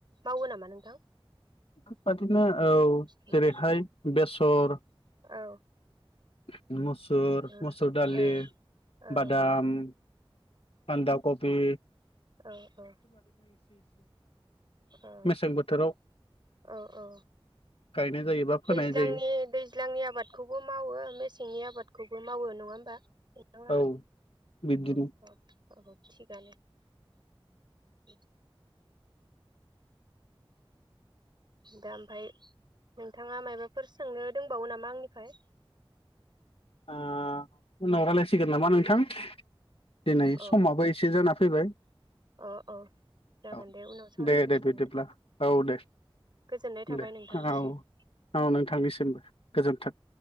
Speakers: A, on the right; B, on the left.
A: मावो नामा नोंथां
B: बेफोरबादिनो औ
A: उम
B: जेरैहाय बेसर
A: औ
B: <inaudible> मुसुर
A: ओ ओ
B: मुसुर दालि
A: औ अ औ
B: बादाम बानदाकबि
A: अ अ अ
B: मेसें बोथोराव
A: अ अ
B: गायनाय जायो बा फोनाय
A: दैज्लांनि
B: जायो
A: दैज्लांनि आबादखौबो मावो मेसेंनि आबाद खौबो मावो नङा होमबा नोंथां लांहा
B: औ बिब्दिनो
A: अ अ औ थिगानो उ दा ओमफ्राय नोंथाङा मायबाफोर सोंनो दंबावो नामा आंनिफ्राय
B: आ उनाव रायलायसिगोन नामा नोंथां दिनै
A: अ
B: समाबो एसे जाना फैबाय
A: अ औ जागोन
B: औ
A: दे उनाव सावरायफिनसै
B: दे दे बिदिब्ला
A: नोंथां
B: औ दे
A: गोजोननाय थाबाय
B: दे
A: नोंथांनिसिम
B: औ औ नोंथांनिसिमबो गोजोन्थों